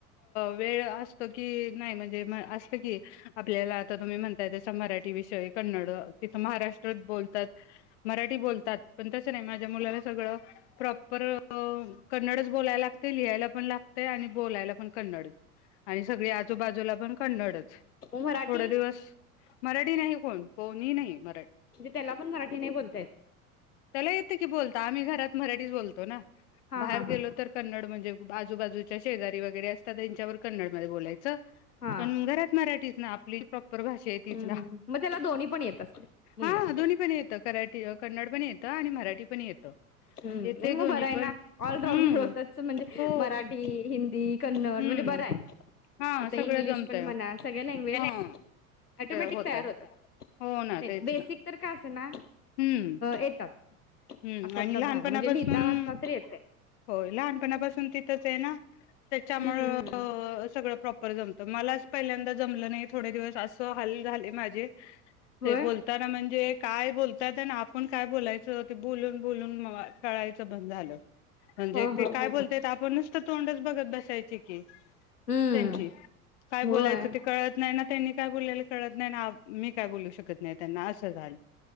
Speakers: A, on the left; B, on the left.
A: वेळ असत की नाही नाही असत की आपल्याला तुम्ही म्हणय तसं मरा विषय कन्नड तिथ महाराष्ट्रात बोलतात मराठी विषय कन्नड तिथं महाराष्ट्रात बोलतात मराठी बोलतात पण तस नाही माझ्या मुलाला सगळं प्रॉपर कन्नडच बोलायला लागते लिहायला पण लागत आणि बोलायला पण कन्नडच आणि सगळे आजूबाजूला पण कन्नडच
B: म मराठी
A: थोडे दिवस मराठी नाही कोण कोणीही नाही म
B: म्हणजे त्याला पण मराठी नाही बोलता येत.
A: त्याला येतं की बोलता आम्ही घरात मराठीच बोलतो ना
B: हा
A: बाहेर
B: हा
A: गेलो
B: हा
A: तर कन्नड म्हणजे आजूबाजूच्या शेजारी वगैरे असतात त्यांच्यावर कन्नड मध्ये बोलायचं
B: हा
A: पण घरात मराठीच ना आपली प्रॉपर भाषा आहेत तेच
B: हम्म
A: ना
B: हम्म मग त्याला दोन्ही पण येत असते मुलग्याला
A: हा दोनी पण येत कन्नड पण येत आणि मराठी पण येतं
B: हम्
A: येते
B: नाही मग
A: दोन्ही
B: बरं आहे
A: पण
B: ना ऑलराऊंडर
A: हम्म
B: होतच म्हणजे
A: हो
B: मराठी हिंदी कन्नड
A: हम्म
B: म्हणजे बरं आहे
A: हा
B: आता
A: सगळं
B: इंग्लिश
A: जमतय
B: पण मला सगळ्या लँग्वेज
A: हा.
B: आटोमॅटिक
A: होतय
B: तयार होतात
A: हो ना तेच
B: बेसिक
A: ना
B: तर का असं ना
A: हम्म
B: येतात.
A: हम्म
B: असातला
A: आणि
B: भाग
A: लहानपणापासून
B: आहे. म्हणजे लिहिता वाचता तर येते
A: होय लहानपणापासून तिथंच आहे ना. त्याच्यामुळ
B: हम्म हम्म हम्म
A: सगळं प्रॉपर जमतं. तर मलाच पहिल्यांदा जमलं नाही थोडे दिवस असं हाल झाले माझे ते
B: होय
A: बोलताना म्हंजे काय बोलतात न आप पण काय बोलायच? बोलून बोलून म माझ कळायचं ब् मग झालं म्हणजे
B: हा
A: ते
B: हा
A: काय
B: हा
A: बोलत्यात
B: हा
A: आपणच नुसतं तोंडच बघत बसायचे की
B: हम्म
A: त्यांची काय बोलायचं
B: होय
A: ते कळत नाही ना त्यांनी काय बोलल्याल कळत नाही अन् मी काय बोलू शकत नाही त्यांना असं झालंय.